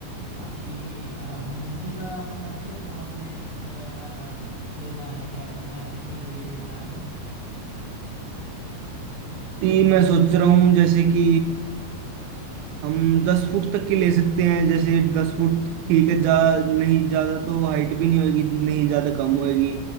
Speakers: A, on the right; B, on the right.
A: बाकी अ, मूर्ति का पता किया कहाँ से अ, अ, अ, लेना है क्या करना है कितनी बड़ी लेना है
B: तो ये मैं सोच रहा हूँ जैसे कि हम दस फुट तक की ले सकते हैं जैसे दस फुट ठीक है जा नहीं ज्यादा तो हाइट भी नहीं होगी नहीं ज्यादा कम होगी